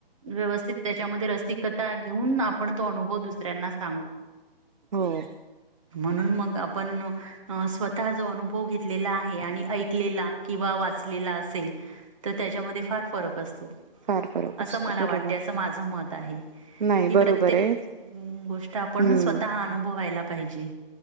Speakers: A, on the right (about 30°); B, on the right (about 50°).
A: व्यवस्थित त्याच्यामध्ये रसिकता घेऊन आपण तो अनुभव दुसऱ्यांना सांगू.
B: हो.
A: म्हणून मग आपण अ स्वतः जो अनुभव घेतलेला आहे आणि ऐकलेला किंवा वा चलेला असेल तर त्याच्यामध्ये फार फरक असतो.
B: फार फरक असतो
A: असं मला
B: बरोबर
A: वाटते असं माझं मत आहे.
B: नाही
A: ही
B: बरोबर
A: प्रत्येक
B: आहे
A: गोष्ट आपण
B: हम्म
A: स्वतः अनुभवायला पाहिजे.